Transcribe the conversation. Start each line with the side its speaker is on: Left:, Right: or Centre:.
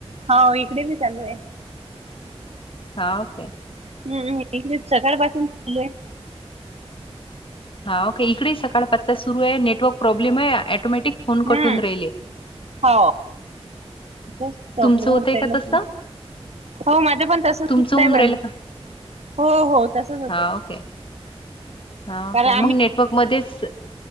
Right: हाव इकडे बी चालू आहे.
Left: हाव काय?
Right: हम्म हम्म इकडे सकाळपासून चालू हाय.
Left: हा ओके इकडे सकाळ पाचचा सुरू आहे नेटवर्क प्रॉब्लेम आहे ऑटोमॅटिक फोन
Right: हम्म,
Left: कटून राहिले
Right: हो. तस प्रॉब्लेम
Left: तुमचं होतय
Right: होयाला
Left: का तसं
Right: ताई हा माझं पण.
Left: तुमचं होऊन राहिल
Right: <unintelligible>
Left: का
Right: हो हो तसच होतंय.
Left: हा ओके हा ओके
Right: कारण <unintelligible>
Left: मग नेटवर्क मध्येच